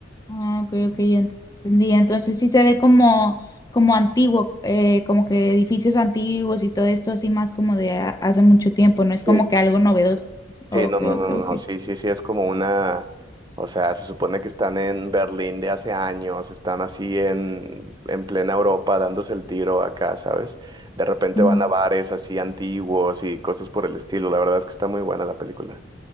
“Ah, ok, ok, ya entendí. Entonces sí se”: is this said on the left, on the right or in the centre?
Left